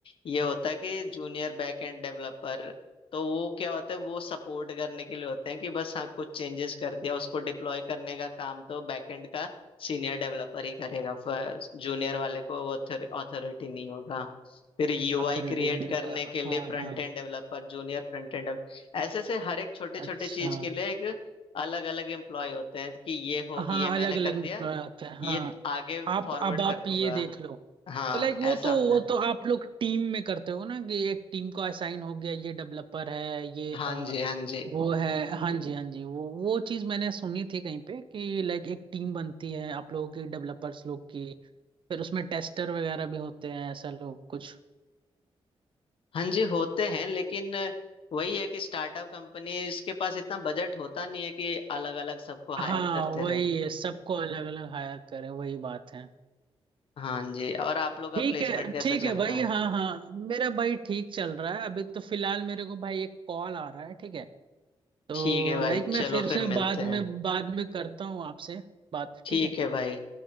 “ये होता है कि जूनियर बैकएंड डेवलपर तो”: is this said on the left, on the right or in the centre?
Left